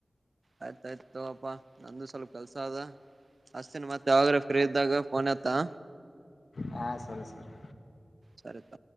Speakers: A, on the right; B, on the left.
A: ಆಯ್ತಾಯ್ತು ತಗೊಪಾ ನಂದು ಸ್ವಲ್ಪ ಕೆಲ್ಸ ಅದ ಹಚ್ಚ್ತೀನ್ ಮತ್ತ್ ಯಾವಾಗರ ಫ್ರೀ ಇದ್ದಾಗ ಫೋನ್ ಎತ್ತ
B: ಹಾ ಸರಿ ಸರಿ
A: ಸರಿತ